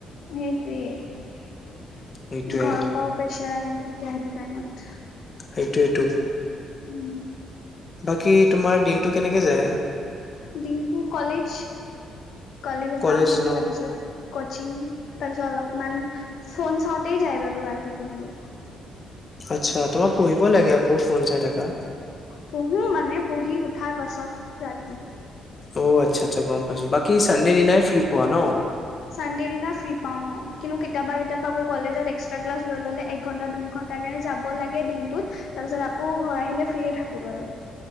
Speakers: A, on the left; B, on the left.
A: সেইটোৱেই।
B: সেইটোয়ে
A: ঘৰৰ পৰাও প্ৰেছাৰ আহে। তেতিয়া সেইটো টাইমত।
B: সেইটোৱেই টো।
A: উম
B: বাকী তোমাৰ দিনটো কেনেকে যায়
A: দিনটো কলেজ কলেজৰ
B: কলেজ
A: পৰা আহোঁ,
B: ন
A: তাৰপিছত কচিং তাৰপিছত অলপমান ফোন চাওঁতেই যায় বাৰু ৰাতিটো মোৰ।
B: আচ্ছা, তোমাৰ পঢ়িব লাগে, আকৌ ফোন চাই থকা।
A: পঢ়ো মানে পঢ়ি উঠাৰ পাছত ৰাতি
B: অ আচ্ছা, আচ্ছা, গম পাইছোঁ। বাকী চানডে দিনাই ফ্ৰী পোৱা ন?
A: চানডে দিনা ফ্ৰী পাওঁ অ, কিন্তু কেতিয়াবা কেতিয়াবা আকৌ কলেজত এক্সট্ৰা ক্লাছ লৈ ল'লে এক ঘন্টা, দুই ঘন্টাৰ কাৰণে যাব লাগে দিনটোত। তাৰ পিছত আকৌ ঘৰ আহিলে ফ্ৰীয়ে থাকো বাৰু।